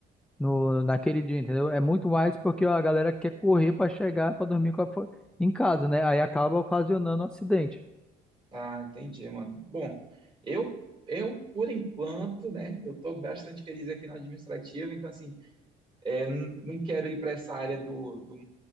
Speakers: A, in the centre; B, on the right.
A: no, naquele dia, entendeu? É muito mais porque a galera quer correr para chegar, para dormir com a, fa- em casa, né? Aí acaba ocasionando um acidente.
B: Ah, entendi, mano. Bom, eu eu por enquanto, né, eu tô bastante feliz aqui na administrativa, então assim, é, não, não quero ir para essa área do, do-